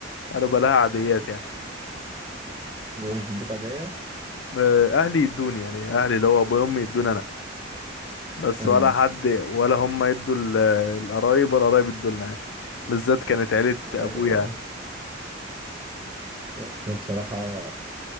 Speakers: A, on the left; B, on the right.
A: قالوا بلاها عاديات يعني
B: مش بدك عيدية
A: آه، أهلي يدوني يعني أهلي اللي هو أبويا وأمي يدوني أنا بس
B: اه
A: ولا حد ولا هم يدوا ال- القرايب ولا قرايب يدوا لنا يعني بالذات كانت عيلة أبويا
B: آه.
A: يعني
B: احنا بصراحة